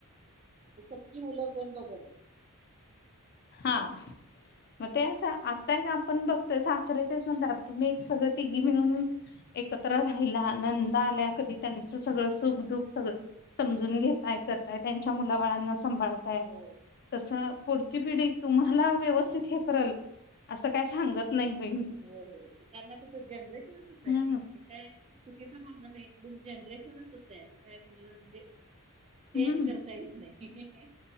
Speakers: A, on the right (about 30°); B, on the left (about 45°).
A: इथ सक्की मुलं कोण बघना.
B: हा मग ते अस आताएक आपण बघ सासरे तेच म्हणत्यात तुम्ही एक सगळ तिघी मिळून एकत्र राही नंदा आल्या कधी त्यांच सगळं सुख, दुख सगळ समजून घेताय करताय. त्यांच्या मुलाबाळांना सांभाळताय
A: हो
B: तसं पुढची पिढी तुम्हाला व्यवस्थित हे करल अस काय सांगत नाही बाई मी
A: होय होय ते त्यांना ते जनरेशनच तसय
B: हम्म
A: नई ते काय च बोलण नाही जनरेशनच तसं आहे तर आता काय कुणाला म्हणजे चेंज
B: हम्म
A: करता येत नाही.